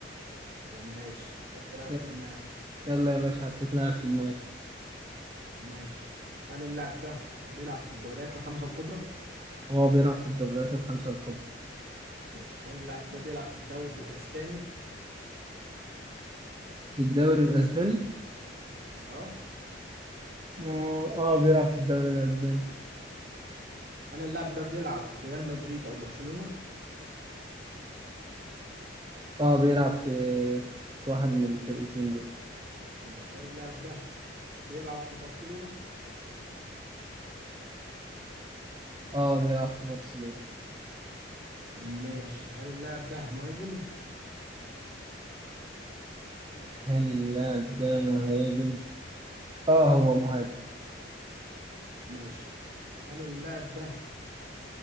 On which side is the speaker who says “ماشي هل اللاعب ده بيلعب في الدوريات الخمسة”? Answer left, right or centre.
Right